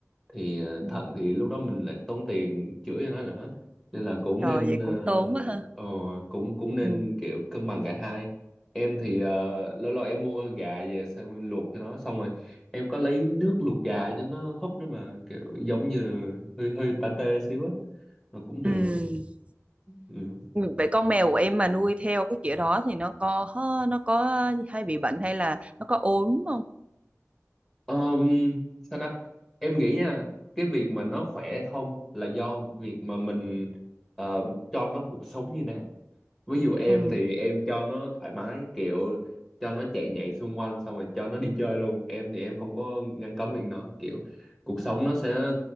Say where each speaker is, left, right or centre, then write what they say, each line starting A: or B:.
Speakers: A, in the centre; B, on the right (about 25°).
A: thì ờ,
B: Ừ.
A: thận thì lúc đó mình lại tốn tiền chữa cho nó nữa nên là cũng
B: rồi
A: nên
B: vậy
A: ờ,
B: cũng tốn quá ha
A: ờ, cũng cũng nên
B: ừ.
A: kiểu cân bằng cả hai em thì ờ, lâu lâu em mua gà về xong em luộc cho nó xong rồi em có lấy nước luộc gà cho nó húp nữa mà kiểu giống như hơi hơi pate xíu á Mà cũng được.
B: Ừ.
A: Ừ.
B: Vậy con mèo của em mà nuôi theo cái kiểu đó thì nó có nó có hay bị bệnh hay là nó có ốm không?
A: Ờm, sao ta? Em nghĩ nha, cái việc mà nó khỏe không là do việc mà mình ờ, cho nó cuộc sống như nào. ví dụ em
B: Ừ.
A: thì em cho nó thoải mái kiểu cho nó chạy nhảy xung quanh xong rồi cho nó đi chơi luôn em thì em không có ngăn cấm việc nó kiểu cuộc sống nó sẽ